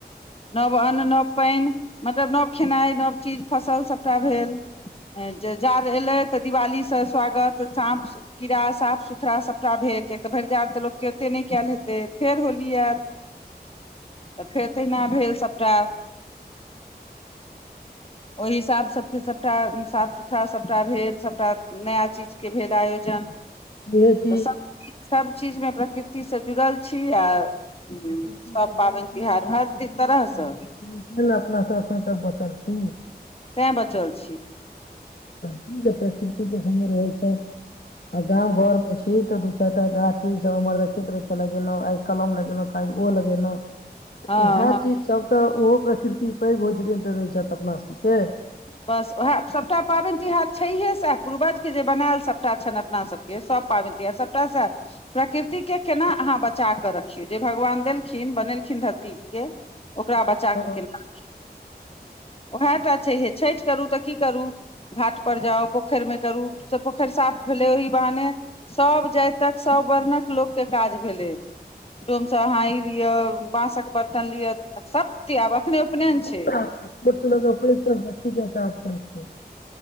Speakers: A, on the left; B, on the left.
A: नव अन्न नव पैन मतलब नव खेनाइ नव चीज फसल सभटा भेल जे जाड़ एलै तऽ दिवालीसँ स्वागत साँप कीड़ा साफ सुथड़ा सभटा भेल तऽ भरि जार तऽ लोक केँ ओते नहि कयल हेतै फेर होली आयल तऽ फेर तहिना भेल सभटा ओहि हिसाबसँ सभटा साफ सुथड़ा सभटा भेल सभटा नया चीजके भेल आयोजन
B: इहे कि
A: तऽ सभ चिज सभ चीजमे प्रकृतिसँ जुड़ल छी आ सभ
B: प्रकृति से जुड़ल
A: पाबनि
B: छैय
A: तिहार
B: प्रकृति
A: हर
B: से लै
A: तरहसँ
B: छी तैं ने अपना सब एखन तक बचल छी
A: तै बचल छी
B: त प्रकृति के संगे रहे छै आ गाँव घर में छै त दू चारटा गाछ वृक्ष सब देखैते लगेलो आइ कलम लगेलों आई ओ लगेलों तऽ
A: हँ
B: इएह चीजसभ तऽ ओहो प्रकृति पैघ होइ रहै छथि अपना सभके
A: बस उएह सभटा पाबैन तिहार छैहे सएह पूर्वजके जे बनायल सभटा छनि अपना सभके सभ पाबैन तिहार सभटाँ सेह प्रकृति के केना अहाँ बचा कऽ रखियौ जे भगवान देलखिन बनेल खिन धरती के ओकरा बचा
B: हँ
A: कऽ केना रखियौ वैहटा छै छैठ करू तऽ की करू घाट पर जाउ पोखैर मे करू से पोखैर साफ भेलै ओहि बहाने सभ जाइतक सब वर्णक लोक के काज भेलै डोमसँ हाई लिअ बांसक बर्तन लिअ सब त आबक खने उपनयन
B: बहुत
A: छै
B: तरह के छोट से लऽ के पैघ तक व्यक्ति के काज पड़ै छै